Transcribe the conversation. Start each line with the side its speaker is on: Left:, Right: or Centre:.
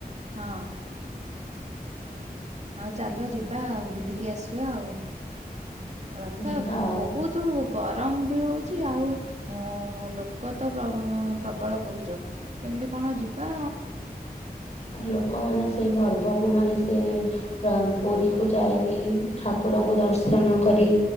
Right: ହଁ। ଆଉ ଚାଲ ଯିବା ଆଉ ବୁଲିକି ଆସିବା ଆଉ। ରଥ
Left: ଯିବା ଆଉ
Right: ବହୁ ତୁ ଗରମ ବି ହଉଚି ଆଉ ଓଁ ଲୋକ ତ ପ୍ର ଅଁ ପ୍ରବଳ କହୁଚ କେମିତି କଣ ଯିବା?
Left: ଲୋକମାନେ ସେଇ ପର୍ବକୁ ମାନେ ସେ ପ୍ର ପୁରୀକୁ ଯାଇକି ଠାକୁରଙ୍କୁ ଦର୍ଶନ କରି